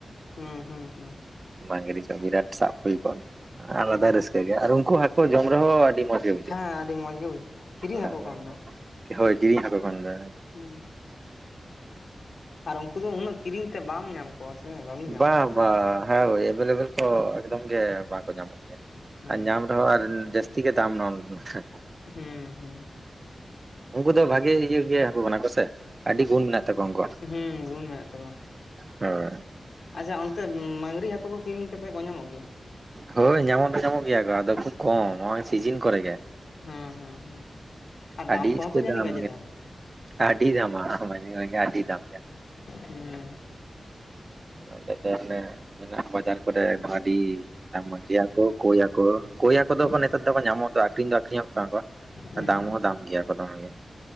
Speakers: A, on the left (about 75°); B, on the right (about 40°).
A: ᱦᱩᱸ ᱦᱩᱸ ᱦᱩᱸ
B: ᱢᱟᱹᱝᱜᱨᱤ <unintelligible> ᱥᱟᱵ ᱦᱩᱭ ᱠᱚᱜᱼᱟ ᱟᱞᱟᱫᱟ
A: ᱦᱩᱸ
B: ᱨᱟᱹᱥᱠᱟᱹ ᱜᱮ ᱟᱨ ᱩᱱᱠᱩ ᱦᱟᱹᱠᱩ ᱡᱚᱢ ᱨᱮᱦᱚᱸ ᱟᱹᱰᱤ ᱢᱚᱸᱡᱽ ᱜᱮ
A: ᱦᱮᱸ ᱟᱹᱰᱤ ᱢᱚᱸᱡ ᱜᱮ ᱵᱩᱡᱷᱟᱹᱜᱼᱟ ᱠᱤᱨᱤᱧ
B: ᱵᱩᱡᱷᱟᱹᱜᱼᱟ
A: ᱦᱟᱹᱠᱩ ᱠᱷᱚᱱ ᱫᱚ
B: ᱦᱳᱭ ᱡᱤᱨᱤᱧ ᱦᱟᱠᱳ ᱠᱷᱚᱱ ᱫᱚ
A: ᱦᱮᱸ ᱟᱨ ᱩᱱᱠᱩ ᱫᱚ ᱩᱱᱟᱹᱜ ᱠᱤᱨᱤᱧ ᱛᱮ ᱵᱟᱢ ᱧᱟᱢ ᱠᱚᱣᱟ ᱥᱮ ᱵᱟᱹᱵᱤᱱ ᱧᱟᱢ
B: ᱵᱟ
A: ᱠᱚᱣᱟ
B: ᱵᱟ ᱦᱮᱸ ᱦᱳᱭ ᱮᱵᱮᱞᱮᱵᱮᱞ ᱠᱚ ᱮᱠᱫᱚᱢ ᱜᱮ ᱵᱟᱝᱠᱚ ᱧᱟᱢᱚᱜ ᱜᱮᱭᱟ
A: ᱦᱩᱸ
B: ᱟᱨ ᱧᱟᱢ ᱨᱮᱦᱚᱸ ᱟᱨ ᱡᱟᱹᱥᱛᱤ ᱜᱮ ᱫᱟᱢ ᱱᱚᱱᱛᱷᱮ
A: ᱦᱩᱸ ᱦᱩᱸ
B: ᱩᱱᱠᱩ ᱫᱚ ᱵᱷᱟᱜᱤ ᱤᱭᱟᱹ ᱜᱮ ᱦᱟᱠᱩ ᱠᱟᱱᱟ ᱠᱚᱥᱮ ᱟᱹᱰᱤ ᱜᱩᱱ ᱢᱮᱱᱟᱜ ᱛᱟᱠᱚᱣᱟ ᱩᱱᱠᱩᱣᱟᱜ
A: ᱦᱩᱸ ᱜᱩᱱ ᱢᱮᱱᱮᱜ ᱛᱟᱠᱚᱭᱟ
B: ᱦᱳᱭ
A: ᱟᱪᱪᱷᱟ ᱚᱱᱛᱮ ᱢᱟᱸᱝᱜᱨᱤ ᱦᱟᱹᱠᱩ ᱠᱚ ᱠᱤᱨᱤᱧ ᱠᱟᱛᱮᱜ ᱠᱚ ᱧᱟᱢᱚᱜ ᱜᱮᱭᱟ
B: ᱦᱳᱭ ᱧᱟᱢᱚᱜ ᱫᱚ ᱧᱟᱢᱚᱜ ᱜᱮᱭᱟ ᱠᱚ ᱟᱫᱚ ᱠᱷᱩᱵ ᱠᱚᱢ ᱱᱚᱜᱼᱚᱭ ᱥᱤᱡᱤᱱ ᱠᱚᱨᱮ ᱜᱮ
A: ᱦᱮᱸ ᱦᱮᱸ ᱦᱮᱸ ᱟᱨ
B: ᱟᱹᱰᱤ
A: ᱫᱟᱢ ᱠᱚᱦᱚᱸ
B: ᱤᱥᱛᱟᱹᱨ
A: ᱛᱚ ᱡᱟᱹᱱᱤᱡ
B: ᱫᱟᱢ
A: ᱜᱟᱡᱮ
B: ᱟᱹᱰᱤ ᱫᱟᱢᱟ <unintelligible> ᱟᱹᱰᱤ ᱫᱟᱢ ᱜᱮᱭᱟ
A: ᱦᱩᱸ
B: ᱚᱸᱰᱮ ᱫᱚ ᱦᱟᱱᱮ ᱢᱮᱱᱟᱜ ᱵᱟᱡᱟᱨ ᱠᱚᱨᱮ ᱟᱹᱰᱤ <unintelligible> ᱢᱟᱹᱝᱜᱨᱤ ᱦᱟᱠᱳ ᱠᱳᱭ ᱦᱟᱠᱳ ᱠᱳᱭ ᱦᱟᱠᱳ
A: ᱦᱩᱸ
B: ᱠᱚᱫᱚ ᱱᱮᱛᱟᱨ ᱫᱚᱠᱚ ᱧᱟᱢᱚᱜ ᱫᱚ ᱟᱠᱷᱨᱤᱧ ᱫᱚ ᱟᱠᱷᱨᱤᱧᱚᱜ ᱠᱟᱱᱟ ᱠᱚ
A: ᱦᱩᱸ
B: ᱫᱟᱢ ᱦᱚᱸ ᱫᱟᱢ ᱜᱮᱭᱟ ᱠᱚ ᱫᱚᱢ ᱜᱮ